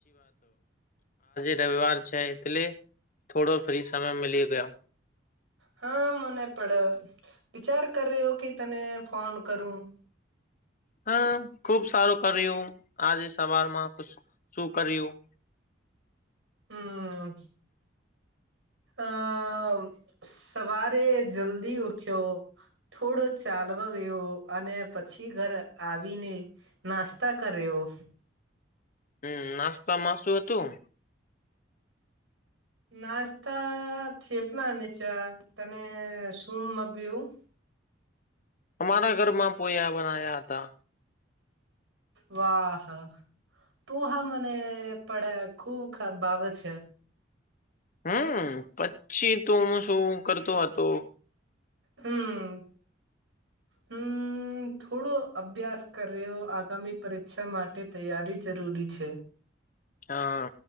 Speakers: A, on the left; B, on the right.
A: વહાર છે એટલે થોડો ફ્રી સમય મળી ગયો
B: હા મને પ વિચાર કરી રહ્યો કે તને ફોન કરું
A: હમ ખુબ સારું કર્યું આજે સવારમાં શું કર્યું
B: હમ આમ સવારે જલ્દી ઉઠ્યો થોડો ચાલવા ગયો અને પછી ઘર આવીને નાસ્તા કર્યો
A: હમ નાસ્તા માસું હતું
B: નાસ્તા થેપ ના નીચા તને સૂમ મપ્યું
A: અમારા ઘરમાં પોયા બનાયા હતા
B: વાહા પુહા મને પડે ખુબ ખરાબ બાબત છે
A: હમ પછી તોું હું શું કરતો હતો
B: હમ હમ થોડો અભ્યાસ કર્યો આગામી પરીક્ષા માટે તૈયારી જરૂરી છે
A: હા